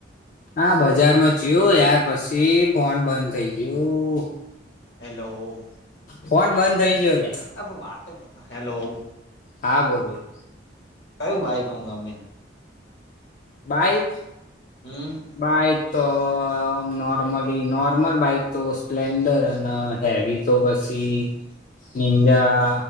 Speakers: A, on the left; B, on the left.
A: હા! બજારમાં જયું યાર. પછી ફોન બંધ થઇ ગયું.
B: હેલો.
A: ફોન બંધ થઈ ગયો એટલે.
B: અ વાત તો. હેલો.
A: હા! બોલ બોલ.
B: કયું બાઈક તને ગમે?
A: ભાઈ.
B: હમ!
A: બાઈક તો, આમ નોર્મલી નોર્મલ બાઈક તો સ્પ્લેન્ડર અને. હેવી તો પસી નિંજા